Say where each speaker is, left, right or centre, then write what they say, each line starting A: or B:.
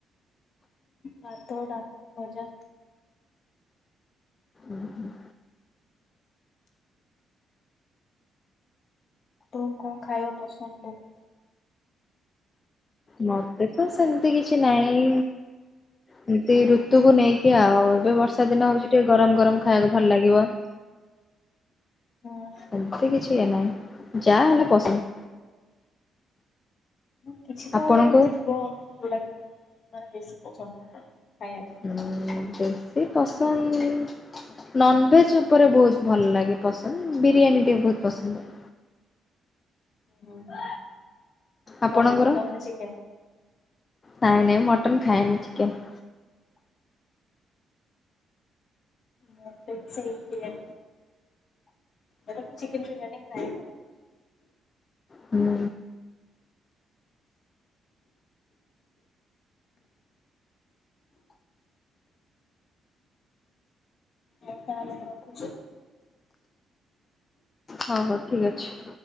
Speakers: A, on the left; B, on the left.
A: ହଁ ଭାତ, ଡାଲି, ଭଜା।
B: ଉଁ ହୁଁ।
A: ଆପଣଙ୍କୁ କଣ ଖାଇବା ପସନ୍ଦ ନୁହଁ?
B: ମତେ ତ ସେମିତି କିଛି ନାଇଁ। ଏମିତି ଋତୁକୁ ନେଇକି ଆଉ ଏବେ ବର୍ଷା ଦିନ ହଉଛି ଟିକେ ଗରମ ଗରମ ଖାଇବାକୁ ଭଲ ଲାଗିବ।
A: ହୁଁ।
B: ଏମିତି କିଛି ଇଏ ନାହିଁ ଯାହା ହେଲେ ପସନ୍ଦ।
A: କିଛି ତ
B: ଆପଣଙ୍କୁ?
A: ଗୋଟେ ଏମିତି ଥିବ ଯୋଉଟାକି ମାନେ ବେଶୀ ପସନ୍ଦ ଥିବ ଖାଇବାକୁ।
B: ସେମିତି ପସନ୍ଦ ନନଭେଜ ଉପରେ ବହୁତ ଭଲ ଲାଗେ ପସନ୍ଦ ବିରିୟାନୀ ଟେ ବହୁତ ପସନ୍ଦ।
A: ହୁଁ।
B: ଆପଣଙ୍କର,
A: କଣ ମଟନ ନା ଚିକେନ?
B: ନାଇଁ ନାଇଁ ମଟନ ଖାଏନି ଚିକେନ।
A: ମୋତେ ବି ସେଇ ମଟନ୍ ଚିକେନ୍ ବିରିୟାନୀ ଖାଏନି।
B: ହୁଁ
A: ହଉ ତାହେଲେ ରଖୁଛି।
B: ହଉ ହଉ ଠିକ୍ ଅଛି।